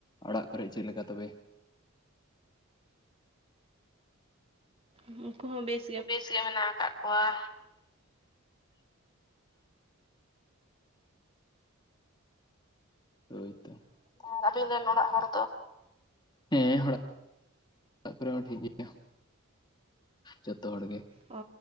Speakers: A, on the left; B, on the right.
A: ᱚᱲᱟᱜ ᱠᱚᱨᱮ ᱪᱮᱫᱞᱮᱠᱟ ᱛᱚᱵᱮ?
B: ᱩᱱᱠᱩ ᱦᱚᱸ ᱵᱮᱥ
A: ᱵᱮᱥ ᱜᱮ ᱢᱮᱱᱟᱜ ᱟᱠᱟᱜ ᱠᱚᱣᱟ᱾ ᱦᱳᱭᱛᱚ, ᱟᱨ ᱟᱹᱵᱤᱱ ᱨᱮᱱ ᱚᱲᱟᱜ ᱦᱚᱲ ᱦᱮᱸ ᱚᱲᱟᱜ ᱚᱲᱟᱜ ᱠᱚᱨᱮ ᱦᱚᱸ ᱴᱷᱤᱠ ᱜᱮᱭᱟ, ᱡᱚᱛᱚ ᱦᱚᱲ ᱜᱮ᱾
B: ᱚ